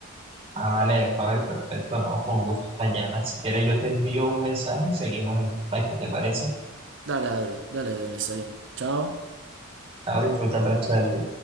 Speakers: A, on the right; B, on the right.
A: Ah, vale, a ver, perfecto, no, con gusto, Dayana. Si quieres, yo te envío un mensaje y seguimos en contacto, ¿te parece?
B: Dale, dale, dale, Edwin, está bien. Chao.
A: Ahora disfruta el resto del día.